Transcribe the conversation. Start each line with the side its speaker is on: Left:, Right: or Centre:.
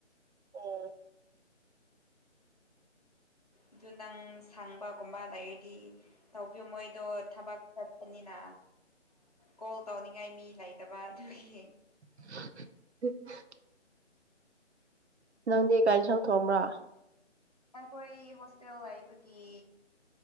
Right: ꯑꯣꯝ
Left: ꯑꯗꯨ ꯅꯪ ꯁꯪꯕꯒꯨꯝꯕ ꯂꯩꯔꯗꯤ ꯇꯧꯕꯤꯌꯨ ꯃꯣꯏꯗꯣ ꯊꯕꯛ ꯆꯠꯄꯅꯤꯅ ꯀꯣꯜ ꯇꯧꯅꯤꯡꯉꯥꯏ ꯃꯤ ꯂꯩꯇꯕ ꯑꯗꯨꯒꯤ
Right: ꯍ ꯅꯪꯗꯤ ꯀꯥꯏꯅ ꯁꯪ ꯊꯣꯡꯑꯕ꯭ꯔꯥ
Left: ꯑꯩꯈꯣꯏ ꯍꯣꯁꯇꯦꯜ ꯂꯩꯕꯒꯤ